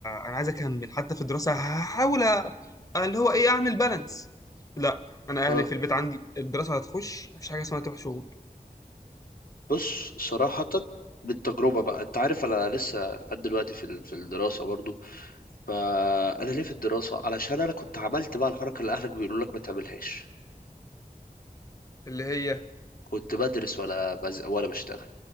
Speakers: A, on the left; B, on the left.
A: انا عايز اكمل حتى في الدراسه هحاول أ- اللي هو ايه اعمل بالانس لا انا
B: اه
A: اهلي في البيت عندي الدراسه هتخش مفيش حاجه اسمها تروح شغل
B: بص صراحه من تجربه بقى انت عارف انا لسه لحد دلوقتي في ال- في الدراسه برضو فانا ليه في الدراسه علشان انا كنت عملت بقى الحركه اللي اهلك بيقولوا لك ما تعملهاش
A: اللي هي
B: كنت بدرس ولا بز... ولا بشتغل